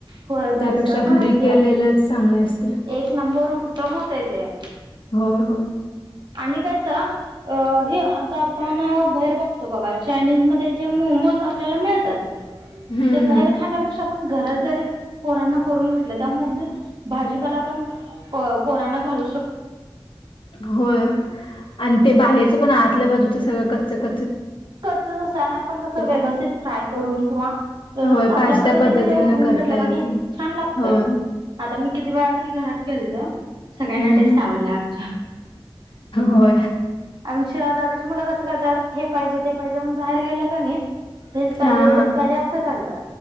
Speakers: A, on the right; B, on the left.
A: होय भेसळ
B: त्यापेक्षा
A: पण
B: घरी
A: असते.
B: केलेलंच चांगलं असते
A: एक नंबर उत्तम होतय ते.
B: होय होय
A: आणि कस हे आता आपण बाहेर बघतो बघा चायनीजमध्येध्ये जे मम मोज आपल्याला मिळतात
B: हं,
A: ते बाहेर
B: हं.
A: खाण्यापेक्षा आपण घरात जरी पोरांना करून घातले त्यामून भाजीपाला पण पोराणा घलू
B: हो आणि ते बाहेरच पण आतल्या बाजूच सगळं कच्च क्
A: कच आपण कस व्यवस्ित
B: ते.
A: फ्राय करून किंवा व्यवस्थित
B: होय,
A: आपल्या
B: पाहिजे
A: पद्धतीने
B: त्या पद्धतीनं
A: उकडून
B: करता
A: घेतलं
B: येते.
A: छान लागतय
B: होय.
A: आता मी किती वेळा तरी घरात केलत सगळ्यांना
B: हं,
A: टेस्ट
B: हं.
A: आवडला आम
B: होय.
A: आमच्या दादाची मुलं कस करातात हे पाहिजे ते पाहिजे म्हण बाहेर गेलं का नाही हेच पाहिजे
B: हा हा
A: तेच पाहिजे असं करतात